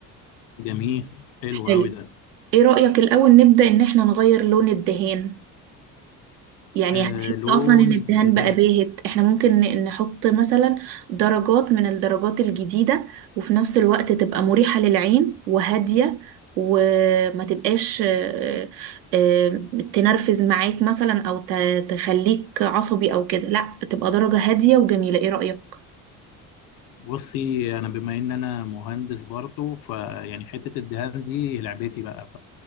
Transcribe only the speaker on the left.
جميل حلو
قوي ده
آه
لون
الدنيا
بصي انا بما ان انا مهندس برضه فيعني حته الدهان دي لعبتي بقى